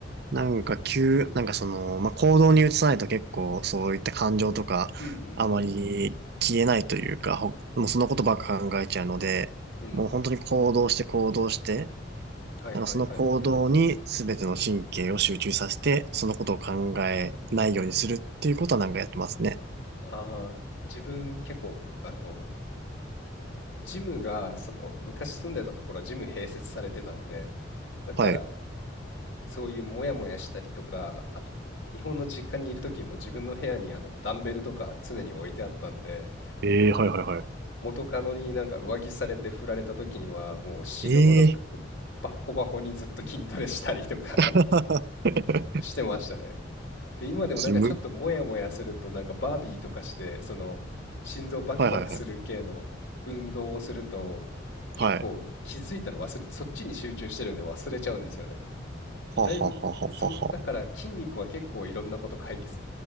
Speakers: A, on the right (about 60°); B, on the left (about 75°).
A: なんか急、なんかその、まあ、行動に移さないと結構そういった感情とか、
B: うんうんうん。
A: あまり消えないというか、ほもうそのことばっか考えちゃうので、
B: うん。
A: もう本当に行動して行動して、
B: はいはいはい。
A: なんかその行動に全ての神経を集中させて、そのことを考えないようにするっていうことはなんかやってますね。
B: ああ、自分結構、あの、ジムが、その、昔住んでたところはジム併設されてたんで、だから、
A: はい。
B: そういうモヤモヤしたりとか、あと、日本の実家にいる時も自分の部屋にあのダンベルとか常に置いてあったんで、
A: ええはいはいは
B: 元カノになんか浮気されて振られた時にはもう死ぬほど
A: い。ええ
B: バッコバコにずっと筋トレしたりとか
A: <laughs>
B: <laughs> してましたね。で、今でもなんかちょっとモヤモヤするとなんかバービーとかしてその心臓バクバクする系の運動をすると
A: それむ、はいはいはい。
B: 結構気づいたら忘れ、
A: はい。
B: そっちに集中してるんで忘れちゃうんですよね。
A: はははははは。
B: だいぶ、そ、だから筋肉は結構いろんなこと解決